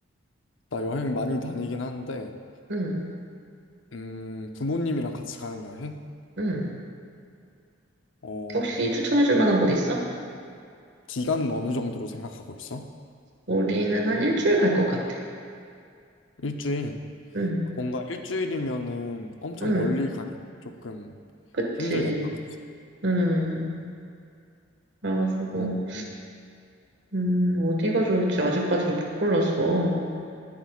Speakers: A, on the left; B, on the right.
A: 나 여행 많이 다니긴 하는데,
B: 응,
A: 음, 부모님이랑 같이 가는 여행?
B: 응.
A: 어,
B: 혹시 추천해줄 만한 곳 있어?
A: 기간은 어느 정도로 생각하고 있어?
B: 우리는 한 일주일 갈 것 같아.
A: 일주일?
B: 응,
A: 뭔가 일주일이면은 엄청
B: 응.
A: 멀리 가기 조금
B: 그치.
A: 힘들겠다, 그치?
B: 응. 그래가지고,
A: 음, 음.
B: 음, 어디가 좋을지 아직까지도 못 골랐어.